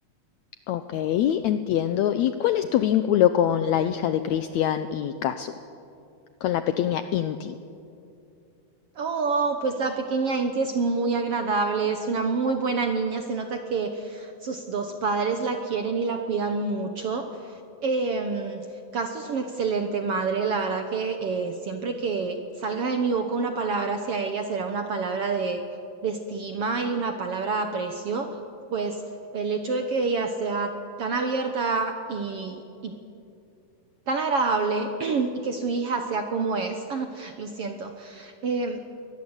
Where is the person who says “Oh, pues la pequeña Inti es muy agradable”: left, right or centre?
Right